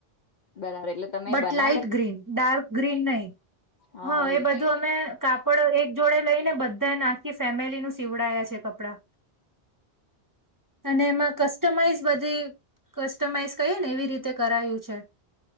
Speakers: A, on the left; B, on the right.
A: બરાબર એટલે તમે
B: બટ
A: બનાવડ
B: લાઈટ, ગ્રીન ડાર્ક ગ્રીન નહી,
A: હા
B: હ
A: લાઈટ
B: એ બધું અમે કાપડ એક જોડે લઈને બ બધ આખી ફેમિલી નું સીવડાયા છે, કપડા અને એમાં કસ્ટમાઈઝ બધી કસ્ટમાઈઝ કહીએ ને એવી રીતે કરાયું છે.